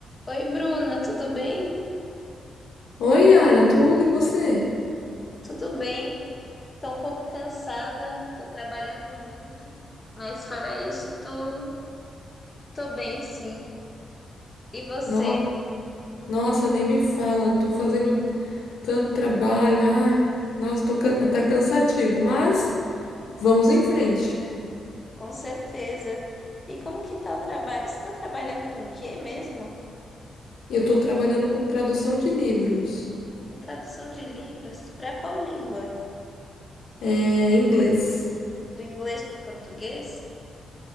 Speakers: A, on the left (about 20°); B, on the left (about 90°).
A: Oi, Bruna, tudo bem?
B: Oi, Yara, tudo e você?
A: Tudo bem. Tô um pouco cansada, tô trabalhando muito, mas fora isso, tô, tô bem, sim. E você?
B: No- Nossa, nem me fala, tô fazendo tanto trabalho, ai, nossa, tô can- tá cansativo, mas vamos em frente.
A: Com certeza. E como que tá o trabalho? Você tá trabalhando com o quê mesmo?
B: Eu tô trabalhando com tradução de livros,
A: Com tradução de livros? Para qual língua?
B: é, em inglês.
A: Do inglês para o português?